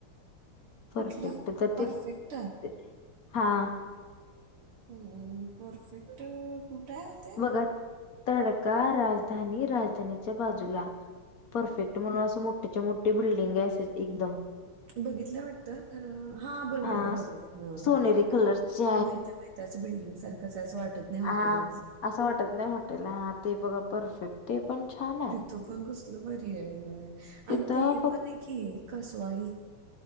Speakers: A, on the right; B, on the left.
A: कुठलं?
B: परफेक्ट त
A: परफेक्ट?
B: ते ते हा!
A: हूं परफेक्ट कुठे आहे ते?
B: बघा तडका, राजधानी, राजधानीच्या बाजूला. परफेक्ट म्हणून असं मोठीच्या मोठी बिल्डिंग आहे अस एकदम.
A: बघितल्या वाटतं खर हा बरोबर
B: अ
A: आहे बरोबर आहे ह
B: सोनेरी कलरची
A: माहित आहे माहित ते अस बिल्डिंग सारखंच आहे अस वाटत नाही
B: आ
A: हॉटेल
B: हा
A: आहे
B: असं वाटत नाही हॉटेल, हा ते बघा परफेक्ट ते पण छान आहे.
A: तो पण कसल भारी आहे होय, आणि
B: तिथं
A: ते हे
B: फक्त
A: पण आहे की कसवा हील.